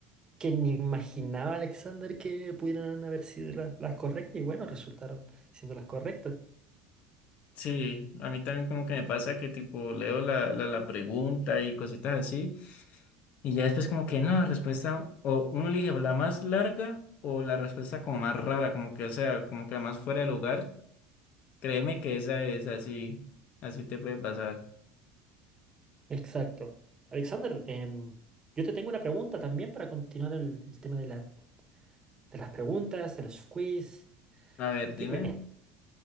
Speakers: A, on the right; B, on the left.
A: que ni imaginaba Alexander que pudieran haber sido la- las correctas. Y bueno, resultaron siendo las correctas.
B: Sí, a mí también como que me pasa que tipo leo la, la, la pregunta y cositas así, y ya después como que no, la respuesta, o uno elige o la más larga o la respuesta como más rara, como que, o sea, como que la más fuera de lugar. Créeme que esa es así, así te puede pasar.
A: Exacto. Alexander, em, yo te tengo una pregunta también para continuar el, el tema de, la- de las preguntas, de los quiz.
B: A ver, dime.
A: Dime,